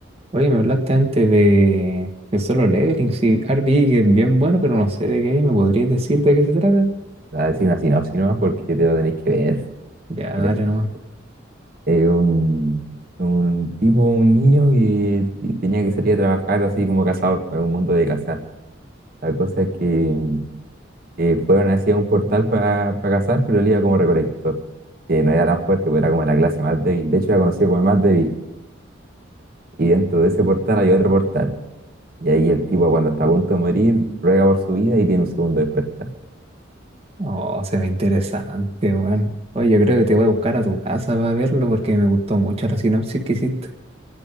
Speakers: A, on the right (about 30°); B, on the right (about 50°).
A: Oye, me hablaste antes de, de Solo Leveling, sí, Arby, que es bien bueno, pero no sé de qué, ¿me podrías decir de qué se trata?
B: Voy a decir una sinopsis nomás porque te lo tenéis que ver.
A: Ya,
B: Mira,
A: dale nomás.
B: eh, un, un tipo, un niño que ti- tenía que salir a trabajar así como cazador, fue un mundo de cazar. La cosa es que, mm, que fueron hacia un portal para cazar, pero él iba como recolector, que no era tan fuerte, porque era como la clase más débil. De hecho, era conocido como el más débil. Y dentro de ese portal hay otro portal. Y ahí el tipo, cuando está a punto de morir, ruega por su vida y tiene un segundo despertar.
A: Oh, se ve interesante, weón. Oye, yo creo que te voy a buscar a tu casa para verlo porque me gustó mucho la sinopsis que hiciste.